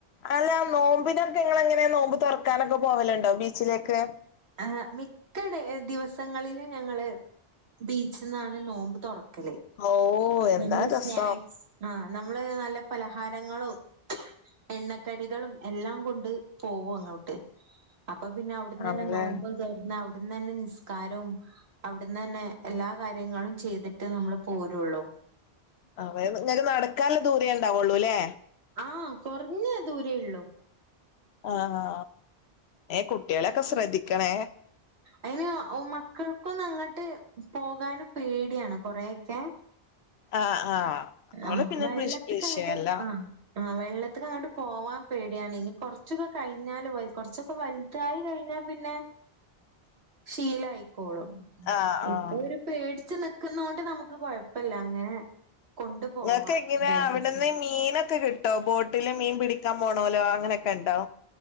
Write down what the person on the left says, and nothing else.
അല്ല നോമ്പിനൊക്കെ ഇങ്ങളെങ്ങനെ നോമ്പ് തൊറക്കാനൊക്കെ പോവല്ണ്ടോ ബീച്ചിലേക്ക്
ഓ എന്താ
രസം
ആണല്ലേ
ആ ഇങ്ങക്ക് നടക്കാൻള്ള ദൂരേ ഉണ്ടാവുള്ളൂല്ലേ
ആഹ് ആ ഏ കുട്ട്യാളൊക്കെ ശ്രദ്ധിക്കണേ
ആഹ് ആഹ് അവള്
പിന്നെ
വിഷ് വിഷയല്ല
<inaudible>
ആഹ് ആഹ്
നിങ്ങൾക്ക് എങ്ങനെ
അവിടെന്ന് മീനൊക്കെ ക്കെ കിട്ടോ ബോട്ടില് മീൻ പിടിക്കാൻ പോണല്ലോ അങ്ങനെയൊക്കെ ഉണ്ടോ